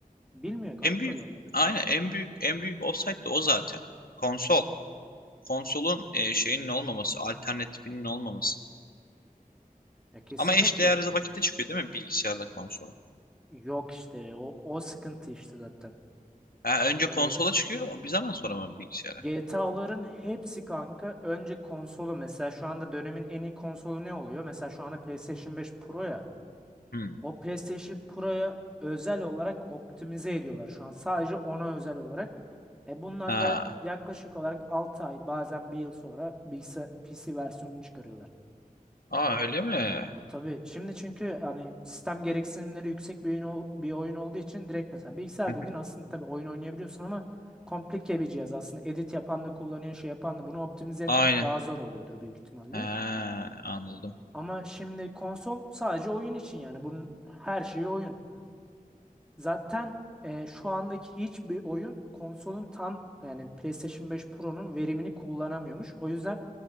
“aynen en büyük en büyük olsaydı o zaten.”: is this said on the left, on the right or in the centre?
Left